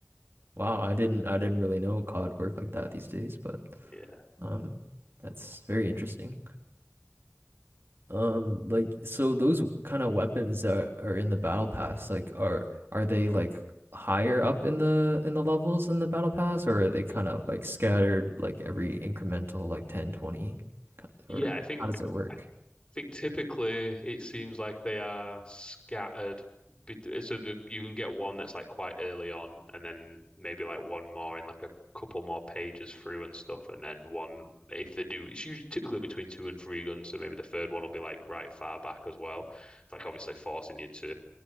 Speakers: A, on the right; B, on the left.
A: wow, I didn't
B: Uh,
A: I didn't really know COD worked like that these days, but
B: yeah,
A: um that's very interesting. Um, like so those kind of weapons that are in the battle pass, like are are they like higher up in the in the levels in the battle pass or are they kind of like scattered like every incremental like 10, 20, kind of-
B: yeah.
A: or
B: I think
A: how does it work?
B: think typically it seems like they are scattered. bet- So the, you can get one that's like quite early on, and then maybe like one more in like a couple more pages through and stuff, and then one if they do, it's usually typically between two and three guns. So maybe the third one will be like right far back as well. It's like obviously forcing you to